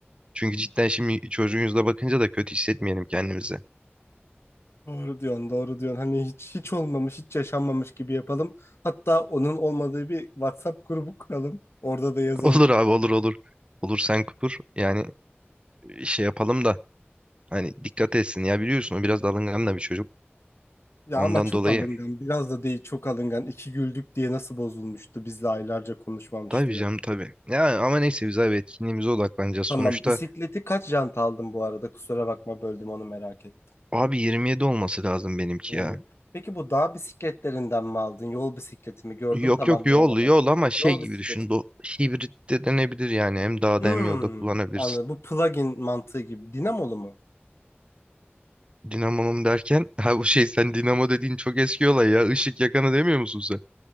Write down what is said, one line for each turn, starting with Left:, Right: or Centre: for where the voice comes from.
Right: Çünkü cidden şimdi çocuğun yüzüne bakınca da kötü hissetmeyelim kendimizi.
Left: Doğru diyorsun, doğru diyorsun. Hani hiç hiç olmamış, hiç yaşanmamış gibi yapalım. Hatta onun olmadığı bir WhatsApp grubu kuralım. Orada da yazalım.
Right: <laughs> Olur abi olur olur. Olur sen kupur. Yani şey yapalım da hani dikkat etsin. Ya biliyorsun o biraz alıngan da bir çocuk.
Left: Ya
Right: Ondan
Left: ama çok
Right: dolayı
Left: alıngan, biraz da değil çok alıngan. İki güldük diye nasıl bozulmuştu? Bizle aylarca konuşmamıştı
Right: tabii
Left: yani.
Right: canım tabii. Ya ama neyse biz abi etkinliğimize odaklanacağız.
Left: Tamam,
Right: Sonuçta
Left: bisikleti kaç jant aldın bu arada? Kusura bakma böldüm onu merak ettim.
Right: abi 27 olması lazım benimki
Left: 20.
Right: ya.
Left: Peki bu dağ bisikletlerinden mi aldın? Yol bisikleti mi? Gördüm
Right: Yok
Left: tam
Right: yok
Left: anlayamadım.
Right: yol yol ama şey
Left: Yol
Right: gibi
Left: bisikleti
Right: düşün. Bu
Left: mi?
Right: hibrit de denebilir yani. Hem dağda
Left: Hmm,
Right: hem yolda kullanabilirsin.
Left: anladım. Bu plug-in mantığı gibi. Dinamolu mu?
Right: Dinamomum derken <laughs> ha bu şey sen dinamo dediğin çok eski olay ya. Işık yakanı demiyor musun sen?